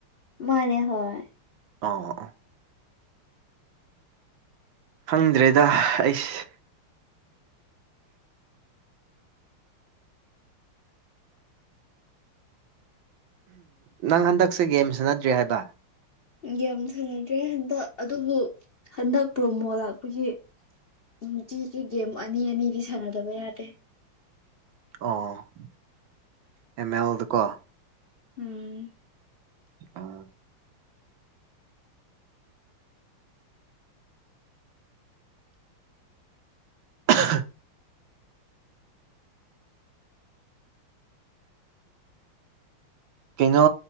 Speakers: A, on the left (about 45°); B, on the right (about 70°).
A: ꯃꯥꯅꯦ ꯍꯣꯏ
B: ꯑꯣ ꯈꯪꯗ꯭ꯔꯦꯗ ꯑꯩꯁ ꯅꯪ ꯍꯟꯗꯛꯁꯦ ꯒꯦꯝ ꯁꯥꯟꯅꯗ꯭ꯔꯦ ꯍꯥꯏꯕ
A: ꯒꯦꯝ ꯁꯥꯟꯅꯗ꯭ꯔꯦ ꯍꯟꯗꯛ ꯑꯗꯨꯕꯨ ꯍꯟꯗꯛ ꯄ꯭ꯔꯣꯃꯣ ꯂꯥꯛꯄꯒꯤ ꯅꯨꯡꯇꯤꯒꯤ ꯒꯦꯝ ꯑꯅꯤ ꯑꯅꯤꯗꯤ ꯁꯥꯟꯅꯗꯕ ꯌꯥꯗꯦ
B: ꯑꯣ ꯑꯦꯃꯦꯜꯗꯀꯣ
A: ꯎꯝ
B: ꯑꯥ <inaudible> ꯀꯩꯅꯣ